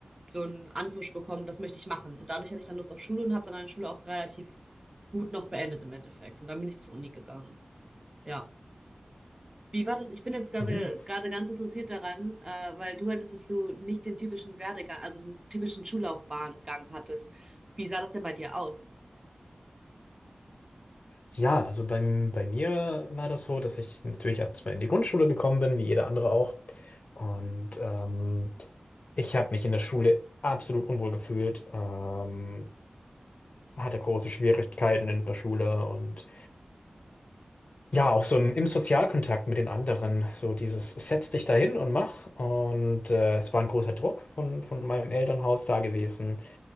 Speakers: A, on the right; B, on the left.
A: so einen Anpush bekommen, das möchte ich machen. Und dadurch hatte ich dann Lust auf Schule und habe dann meine Schule auch relativ gut noch beendet im Endeffekt. Und dann bin ich zur Uni gegangen. Ja. Wie war das? Ich bin jetzt gerade
B: Mhm.
A: gerade ganz interessiert daran, äh, weil du hattest, dass du nicht den typischen Werdegang, also den typischen Schullaufbahngang hattest. Wie sah das denn bei dir aus?
B: Ja, also beim, bei mir war das so, dass ich natürlich erstmal in die Grundschule gekommen bin, wie jeder andere auch. Und ähm, ich habe mich in der Schule absolut unwohl gefühlt, ähm, hatte große Schwierigkeiten in der Schule und ja, auch so im, im Sozialkontakt mit den anderen, so dieses setz dich dahin und mach. Und äh, es war ein großer Druck von, von meinem Elternhaus da gewesen